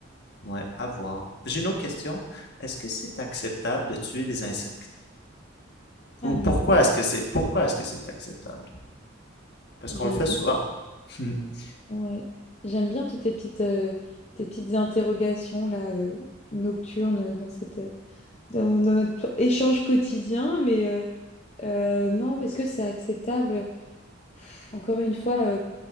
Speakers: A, on the left; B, on the left.
A: ouais, à voir. J'ai une autre question. Est-ce que c'est acceptable de tuer des insectes?
B: Alors,
A: Ou pourquoi est-ce que c'est, pourquoi est-ce que c'est acceptable? Parce qu'on
B: j'aime
A: le fait souvent. <laughs>
B: ouais. J'aime bien toutes tes petites, euh, tes petites interrogations là, euh, nocturnes dans cette, euh, dans, dans notre échange quotidien, mais euh, euh, non, est-ce que c'est acceptable? Pff, Encore une fois, euh,